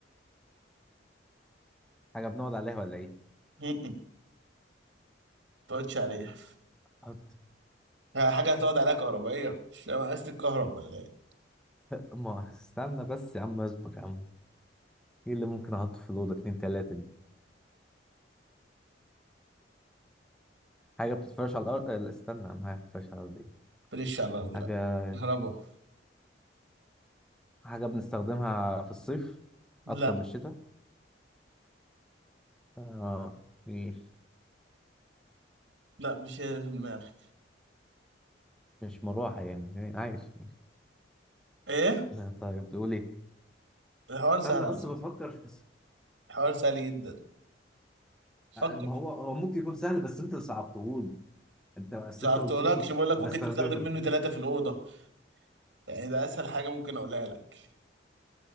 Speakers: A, in the centre; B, on the right (about 80°).
A: حاجة بنقعد عليها ولا إيه؟
B: م- م. ما تقعدش عليها
A: أحط
B: ها، حاجة هتقعد عليها كهربائية مش فاهم عايز تتكهرب ولا ايه
A: ما استنى بس يا عم اصبر يا عم إيه اللي ممكن أحطه في الأوضة اتنين تلاتة دي؟ حاجة بتتفرش على الأرض آه، لا، استنى يا عم حاجة بتتفرش على الأرض إيه؟
B: بلش على الأرض لا
A: حاجة
B: كهربا
A: حاجة بنستخدمها في الصيف
B: لا
A: أكتر من الشتاء آه ماشي
B: لا مش هي اللي في دماغك
A: مش مروحة يعني يعني عايش
B: ايه
A: <laughs> طيب تقول ايه
B: الحوار سهل
A: استنى
B: على
A: بس
B: فكرة
A: بفكر في
B: الحوار سهل جدا
A: ما
B: فكر
A: هو هو ممكن يكون سهل بس انت اللي صعبتهولي انت بس
B: صعبتهولكش
A: انت قلت لي
B: بقول لك
A: بستخدمه
B: ممكن تستخدم منه ثلاثة في الأوضة يعني ده أسهل حاجة ممكن أقولها لك